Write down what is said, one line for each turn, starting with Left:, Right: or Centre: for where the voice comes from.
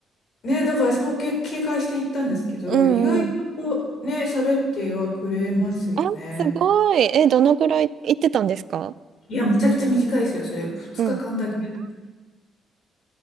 Left: ね、だから私もけ警戒して行ったんですけど、
Right: うんうん。
Left: 意外とね、喋ってはくれますよね。
Right: あ、すごい。え、どのくらい行ってたんですか
Left: いや、めちゃくちゃ短いですよ、それ、2日間だけ。
Right: うん。短